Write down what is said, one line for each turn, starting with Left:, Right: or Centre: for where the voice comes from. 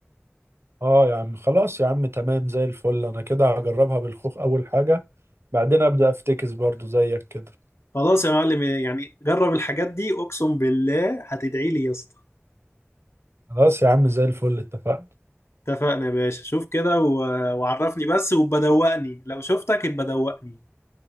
Right: اه يا عم خلاص يا عم تمام زي الفل انا كده هجربها بالخوخ اول حاجة بعدين ابدأ افتكس برضو زيك كده
Left: خلاص يا معلم يعني جرب الحاجات دي اقسم بالله هتدعي لي يا اسطى
Right: خلاص يا عم زي الفل اتفقنا
Left: اتفقنا يا باشا شوف كده و... وعرفني بس وبدوقني لو شفتك يبقى دوقني